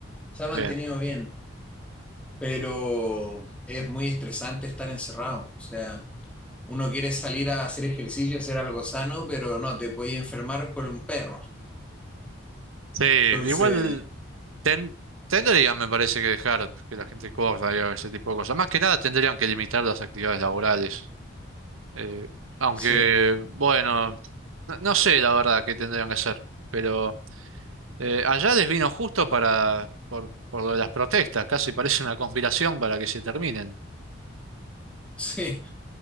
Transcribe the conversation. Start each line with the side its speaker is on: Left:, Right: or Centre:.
Centre: se ha mantenido
Right: Sí.
Centre: bien, pero es muy estresante estar encerrado, o sea, uno quiere salir a hacer ejercicio, hacer algo sano, pero no, te puedes enfermar por un perro.
Right: Sí, igual
Centre: Entonces,
Right: ten- tendrían, me parece, que dejar que la gente corra y haga ese tipo de cosas. Más que nada tendrían que limitar las actividades laborales. Eh, aunque,
Centre: sí,
Right: bueno, no, no sé la verdad qué tendrían que hacer, pero eh, allá les vino justo para, por, por lo de las protestas, casi parece una conspiración para que se terminen.
Centre: <laughs> sí,